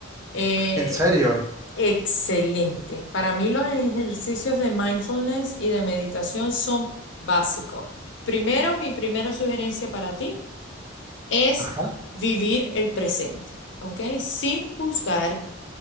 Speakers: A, on the left (about 60°); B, on the right (about 15°).
A: Eh,
B: ¿En serio?
A: Excelente. Para mí los ejercicios de mindfulness y de meditación son básicos. Primero, mi primera sugerencia para ti es
B: <laughs>
A: vivir el presente, ¿ok? Sin juzgar,